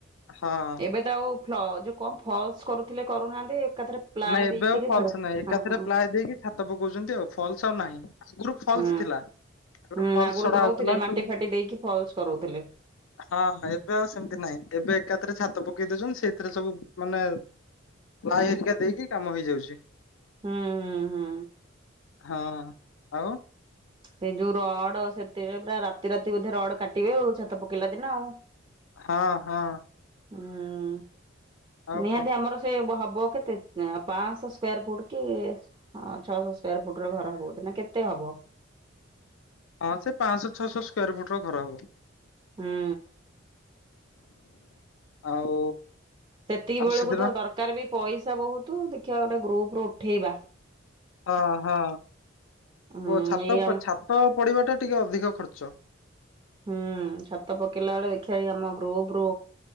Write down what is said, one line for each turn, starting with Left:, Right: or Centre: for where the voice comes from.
Left: ହଁ
Right: ଏବେ ଆଉ ଫ୍ଲ ଯୋଉ କଣ ଫ୍ଲସ୍ କରୁଥିଲେ କରୁନାହାନ୍ତି ଏକାଥରେ ପ୍ଲାଏ
Left: ନାଇଁ
Right: ଦେଇକିରି
Left: ଏବେ ଆଉ ଫ୍ଲସ୍
Right: ଛାଡ
Left: ନାଇଁ ଏକାଥରେ
Right: ହଁ ହଁ
Left: ପ୍ଲାଏ ଦେଇକି ଛାତ ପକଉଛନ୍ତି ଆଉ ଫ୍ଲସ୍ ଆଉ ନାହିଁ ଆଗୁରୁ ଫ୍ଲସ୍
Right: ହୁଁ
Left: ଥିଲା ତାପରେ
Right: ହୁଁ
Left: ଫ୍ଲସ୍
Right: ଆଗରୁ
Left: ଛଡା
Right: ଦଉଥିଲେ
Left: ହଉଥିଲା
Right: ମାଟି
Left: ସ
Right: ଫାଟି ଦେଇକି ଫଲସ କରଉଥିଲେ
Left: ହଁ ଏବେ ଆଉ ସେମିତି ନାହିଁ ଏବେ ଏକାଥରେ ଛାତ ପକେଇ ଦଉଛନ୍ତି ସେଇଥିରେ ସବୁ ମାନେ ପ୍ଲାଏ
Right: ହୁଁ
Left: ହେରିକା ଦେଇକି କାମ ହେଇଯାଉଛି।
Right: ହୁଁ, ହୁଁ, ହୁଁ।
Left: ହଁ ଆଉ?
Right: ସେଇ ଯୋଉ ରଡ ସେଥିରେ ପୁରା ରାତି ରାତି ବୋଧେ ରଡ କାଟିବେ ଆଉ ଛାତ ପକେଇଲା ଦିନ ଆଉ।
Left: ହଁ ହଁ।
Right: ହୁଁ
Left: ଆଉ
Right: ନିହାତି
Left: କଣ
Right: ଆମର ସେ ବହବ କେତେ ପାଞ୍ଚଶହ ସ୍କ୍ୟାର ଫୁଟ୍ କି ଛଅଶହ ସ୍କ୍ୟାର ଫୁଟ ର ଘର ହବ ବୋଧେ ନା କେତେ ହବ?
Left: ହଁ ସେ ପାଞ୍ଚଶହ ଛଅଶହ ସ୍କ୍ୟାର ଫୁଟ ର ଘର ହବ।
Right: ହଁ।
Left: ଆଉ
Right: ସେତିକି
Left: ଆଉ
Right: ବେଳକୁ
Left: ସେଦିନ
Right: ତ ଦରକାର ବି ପଇସା ବହୁତ ଦେଖିବା ଗୋଟେ ଗ୍ରୁପ ରୁ ଉଠେଇବା।
Left: ହଁ ହଁ
Right: ହୁଁ
Left: ଓ ଛାତପ
Right: ଏଇ ଆମ
Left: ଛାତ ପଡିବା ଟା ଟିକେ ଅଧିକ ଖର୍ଚ୍ଚ।
Right: ହୁଁ ଛାତ ପକେଇଲା ବେଳେ ଦେଖିବା ଆମ ଗୁରୂପ ରୁ